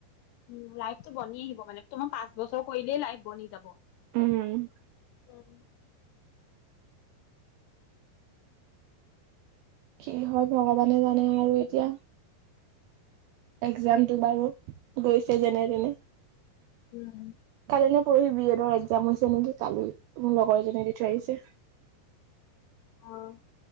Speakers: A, on the left (about 80°); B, on the right (about 80°).
A: উম, লাইফটো বনি আহিব মানে। তোমাৰ পাঁচ বছৰ কৰিলেই লাইফ বনি যাব।
B: উম!
A: উম!
B: কি হয়, ভগৱানে জানে আৰু এতিয়া। একজামতটো বাৰু গৈছে যেনে তেনে।
A: উম!
B: কালি নে পৰহি বি এডৰ একজাম হৈছে নেকি কালি মোৰ লগৰ এজনীয়ে দি থৈ আহিছে।
A: অ'!